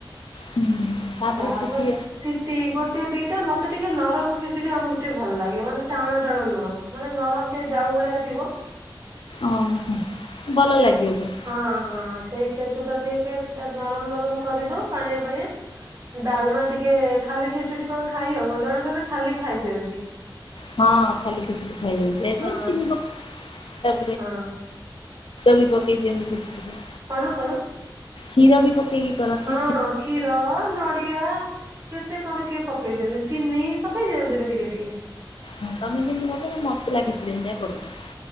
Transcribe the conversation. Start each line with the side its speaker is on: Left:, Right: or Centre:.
Left: ତାପରେ
Right: ତାପରେ
Left: ସେଠି
Right: ସିଟି ଗୋ ଟେ ଦିଟା ମତେ ଟିକେ ନରମ ଖେଚଡି ଆମକୁ ଟିକେ ଭଲ ଲାଗେ ମାନେ ଟାଣ ଟାଣ ନୁହଁ ମାନେ ନରମ ଟିକେ ଯାଉ ଭଳିଆ ଥିବ
Left: ଓ ହୋ ଭଲ
Right: ସେଇ
Left: ଲାଗିବ ଯେ
Right: ହଁ ହଁ ସେଇ ଖେଚୁ ଟା ଟିକେ ନରମ ନରମ କରିଦଉ ପାଣିଆ ପାଣିଆ ଡାଲମା ଟିକେ ଖାଲି ଖେଚୁଟି କଣ ଖାଇ ହବ ଜଣେ ଜଣେ ଖାଲି ଖାଇ ଦିଅନ୍ତି।
Left: ହଁ ଖାଲି ଖିଚିଡ଼ି ଖାଇହେବ
Right: ହଁ
Left: <unintelligible> କ୍ଷୀର
Right: ହଁ
Left: ବି ପକେଇ ଦିଅନ୍ତି ଖେଚୁଡ଼ି ରେ।
Right: କଣ କଣ?
Left: ଖୀର ବି ପକେଇକି କରନ୍ତି
Right: ହଁ କ୍ଷୀର ନଡ଼ିଆ କେତେ କଣ କିଏ ପ କେଇ ଦିଅନ୍ତି ଚିନି ପକେଇ ଦିଅନ୍ତନି ଟିକେ ଟିକେ।
Left: ହଁ ତମେ ଯେମିତି କରୁଛ ନା ମସଲା ଖିଚିଡ଼ି ସେମିତିଆ କରୁଛି।